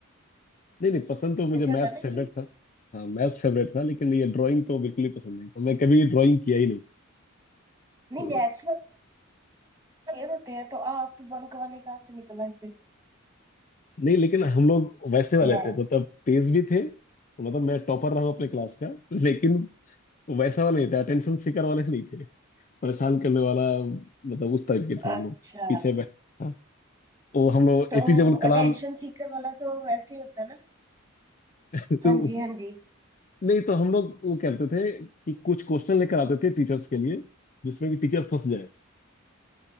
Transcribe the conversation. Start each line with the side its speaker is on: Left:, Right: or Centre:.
Left: नहीं नहीं पसंद तो मुझे
Right: जैसे होता
Left: मैथ्स
Right: है ना
Left: फेवरेट
Right: कि
Left: था हाँ मैथ्स फेवरेट था लेकिन ये ड्राइंग तो बिल्कुल ही पसंद नहीं था मैं कभी ड्राइंग किया ही नहीं
Right: नहीं
Left: तो
Right: मैथ्स क्लियर होते हैं तो आप बंक वाले कहाँ से निकला है फिर
Left: नहीं लेकिन हम लोग वैसे वाले
Right: मैथ
Left: थे मतलब तेज भी थे मतलब मैं टॉपर रहा हूँ अपने क्लास का लेकिन वैसा वाले नहीं थे अटेंशन सीकर वाले नहीं थे परेशान करने वाला मतलब उस टाइप के थे हम
Right: अच्छा
Left: लोग पीछे बैठ हाँ, वो हम लोग
Right: तो
Left: एपीजे अब्दुल कलाम
Right: अटेंशन सीकर वाला तो वैसे ही होता है ना
Left: <laughs>
Right: हाँ
Left: उस
Right: जी हाँ जी
Left: नहीं तो हम लोग वो करते थे कि कुछ क्वेश्चन लेकर आते थे टीचर्स के लिए जिसमें कि टीचर फंस जाए